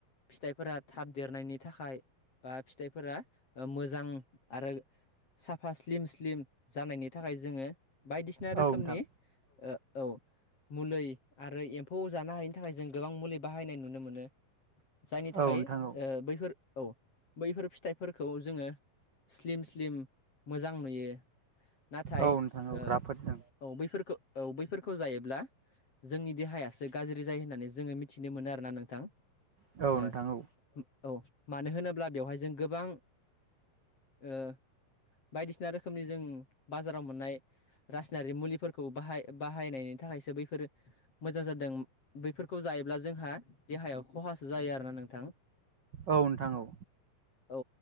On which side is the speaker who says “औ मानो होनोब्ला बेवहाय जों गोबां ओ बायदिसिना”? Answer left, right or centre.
Left